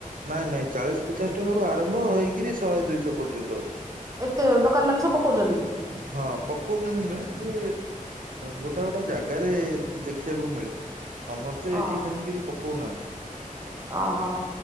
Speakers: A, on the right; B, on the right.
A: ନାଇଁ ନାଇଁ ଚାଳିଶ ପଚାଶ ଟଙ୍କା ରୁ ଆରମ୍ଭ ହେଇକିରି ଶହେ ଦୁଇଶହ ପର୍ଯ୍ୟନ୍ତ ଅଛି।
B: ଏତେ ଦୋକାନ ମାନେ ସବୁ ପକାଉଛନ୍ତି ବି?
A: ହଁ। ପକଉଛନ୍ତି ନୁହେଁ, ସେ ଗୋଟା ଗୋଟା ଜାଗାରେ ଦେଖିବାକୁ ମିଳେ। ସମସ୍ତେ ଏଠି
B: ଓହୋ
A: ବି ସେମିତି କିଛି ପକଉନାହାନ୍ତି।
B: ଓହୋ